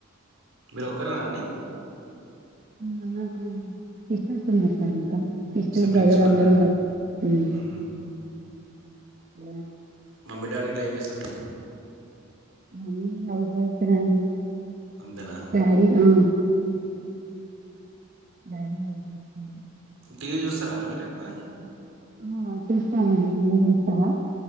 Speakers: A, on the right (about 80°); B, on the right (about 40°).
A: మీరు ఒక్కరేనా అన్ని
B: నా నాకు ఇచ్చేస్తున్నార్ సార్ ఇంకా ఇస్తార్
A: సిబ్లింగ్స్
B: బజార్
A: ఉన్నారా
B: అందరు ఉన్నరు ఉమ్
A: ఊహు
B: ఆ
A: మమ్మీ డాడీ ఇట్లా ఏం చేస్తారండీ
B: మమ్మీ హౌస్ వైఫ్ ఏ నండి
A: అంతేనా
B: డాడీ ఆ డాడీ వర్క్ చేస్తుండు
A: టీవీ చూస్తారండీ మీరు ఎక్కువ
B: ఆ చూస్తాన అండి మీరు చూస్తారా